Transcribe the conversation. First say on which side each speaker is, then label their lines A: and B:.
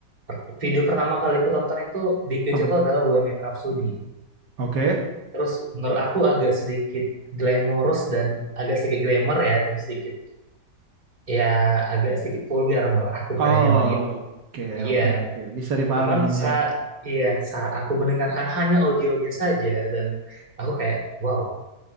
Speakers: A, on the right; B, on the right.
A: per- video pertama kali aku tonton itu di Queen
B: Apa
A: itu adalah Bohemian Rhapsody.
B: Oke.
A: Terus menurut aku agak sedikit glamorous dan agak sedikit glamour ya dan sedikit ya agak sedikit vulgar menurut aku
B: Oh,
A: pada zaman itu.
B: oke,
A: Iya,
B: oke, oke. Bisa dipahamin
A: cuman saat
B: ya.
A: iya saat aku mendengarkan hanya audionya saja dan aku kayak wow,